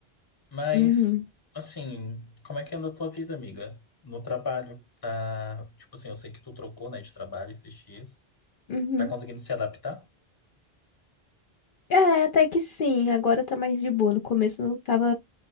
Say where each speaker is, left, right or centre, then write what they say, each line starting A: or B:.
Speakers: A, on the left; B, on the left.
A: Mas,
B: Uhum,
A: assim, como é que anda a tua vida, amiga? No trabalho, tá? Tipo assim, eu sei que tu trocou, né, de trabalho esses dias.
B: uhum.
A: Tá conseguindo se adaptar?
B: É, até que sim, agora tá mais de boa. No começo eu tava,